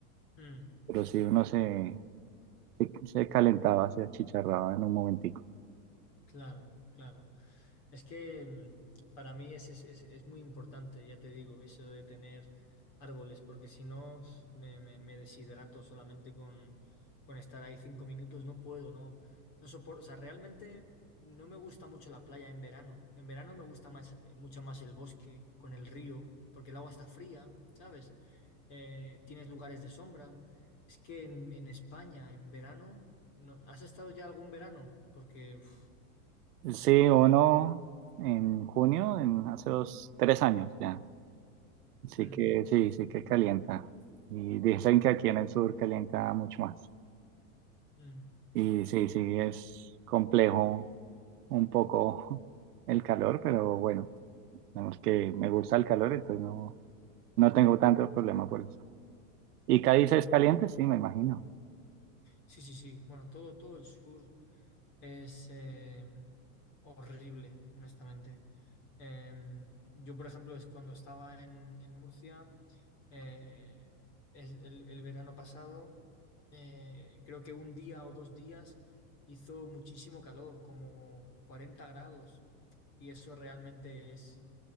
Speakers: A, on the left (about 35°); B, on the right (about 85°).
A: mm,
B: pero sí uno se, se, se calentaba, se achicharraba en un momentico.
A: claro, claro. Es que mm, para mí es, es, es- es muy importante, ya te digo, eso de tener árboles, porque si no pf, me, me- me deshidrato solamente con, con estar ahí cinco minutos, no puedo, no, no soporto, o sea, realmente no me gusta mucho la playa en verano. En verano me gusta más, eh, mucho más el bosque con el río, porque el agua está fría, ¿sabes? Eh, tienes lugares de sombra. Es que en, en España, en verano, no, ¿has estado ya algún verano? Porque... uf,
B: Sí, uno en junio, en hace dos, tres años ya. Sí
A: mm,
B: que, sí, sí que calienta. Y dicen que aquí en el sur calienta mucho más.
A: mm.
B: Y sí, sí, es complejo un poco <laughs> el calor, pero bueno, digamos que me gusta el calor, entonces no, no tengo tanto problema por eso. ¿Y Cádiz
A: Mm.
B: es caliente? Sí, me imagino.
A: Sí, sí, sí. Bueno, todo, todo el sur es eh, horrible, honestamente. Eh, yo, por ejemplo, es cuando estaba en, en Murcia, eh, es- el, el verano pasado, eh, creo que un día o dos días hizo muchísimo calor, como 40 grados, y eso realmente es,